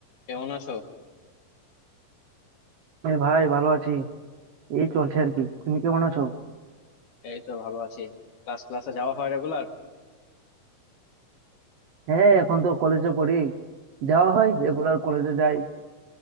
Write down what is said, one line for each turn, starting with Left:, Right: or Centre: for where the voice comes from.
Left: কেমন আছো
Right: হ্যাঁ ভাই ভালো আছি এই চলছে আর কি তুমি কেমন আছো
Left: এই তো ভালো আছি ক্লাস ক্লাসে যাওয়া হয় রেগুলার
Right: হ্যাঁ এখন তো কলেজে পড়ি যাওয়া হয় রেগুলার কলেজে যাই